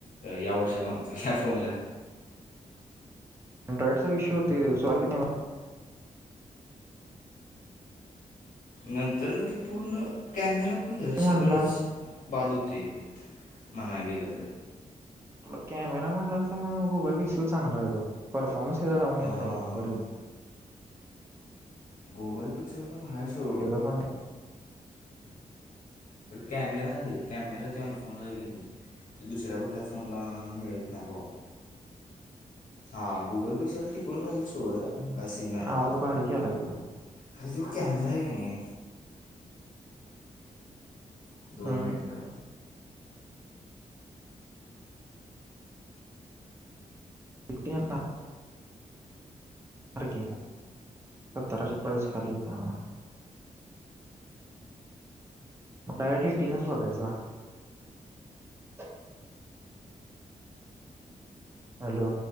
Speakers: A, on the left; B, on the right.
A: या वर्षाला म्हणतो या फोनला.
B: अंड्राईडचा चा विषय हुतोय तो
A: नंतर न ती पूर्ण कॅमेरा पण धर,
B: म्हणला
A: सगळंच बाद होतंय ते. म्हणाय गेलं तर
B: तुला कॅमेरा म्हणला असं मग गुगल पिक्सल चांगला येतो परफॉर्मन्स <unintelligible>
A: अं,
B: येताय ये बर
A: गुगल पिक्सल पण हाय सोर
B: त्याचा पण <inaudible>
A: कॅमेरा रे कॅमेरा ते आयफोनलाय कि नही? ते दुसऱ्या कुठल्या फोनला मिळत नाही बाबा.
B: <inaudible>
A: हा गुगल पिक्सल टिकून राहील सोड,
B: नाही.
A: काय सीन नाही यात.
B: आवाज बारीक यायलाय
A: खरंज ह्यो कॅमराय कि नय
B: तुझा
A: दोन मिनटं अं.
B: <unintelligible> ना <unintelligible> सत्तराची प्राइस खाली येते. डायरेक्ट एटीनाच शोधायचा. <inaudible> हॅलो.